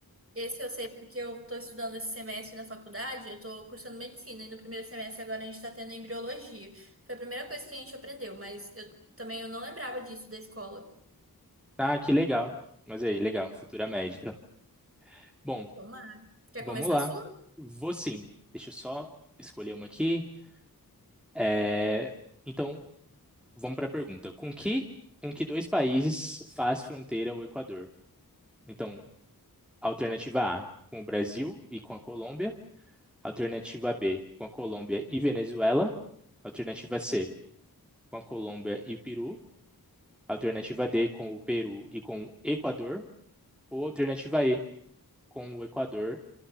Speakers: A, on the right (about 35°); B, in the centre.
A: Esse eu sei porque eu tô estudando esse semestre na faculdade, eu tô cursando medicina e no primeiro semestre agora a gente tá tendo embriologia. Foi a primeira coisa que a gente aprendeu, mas eu também eu não lembrava disso da escola.
B: Ah, que legal. Mas aí, legal, futura médica. Bom,
A: Tomara. Quer
B: vamos
A: começar
B: lá.
A: a sua?
B: Vou sim. Deixa eu só escolher uma aqui. É, Então, vamos para a pergunta. Com que, com que dois países faz fronteira o Equador? Então, alternativa A, com o Brasil e com a Colômbia. Alternativa B, com a Colômbia e Venezuela. Alternativa C, com a Colômbia e o Peru. Alternativa D, com o Peru e com o Equador. Ou alternativa E, com o Equador